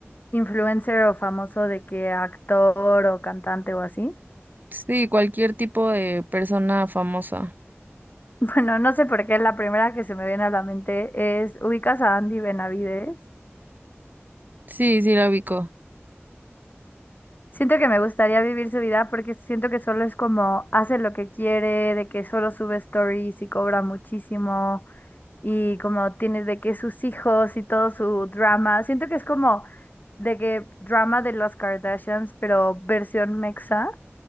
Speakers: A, on the left; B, on the right.
A: influencer o famoso de que actor o cantante o así.
B: Sí, cualquier tipo de persona famosa.
A: <laughs> Bueno, no sé por qué la primera que se me viene a la mente es, ¿ubicas a Andy Benavides?
B: Sí, sí, la ubico.
A: Siento que me gustaría vivir su vida porque siento que solo es como hace lo que quiere, de que solo sube stories y cobra muchísimo y como tiene de que sus hijos y todo su drama. Siento que es como de que drama de las Kardashians, pero versión mexa.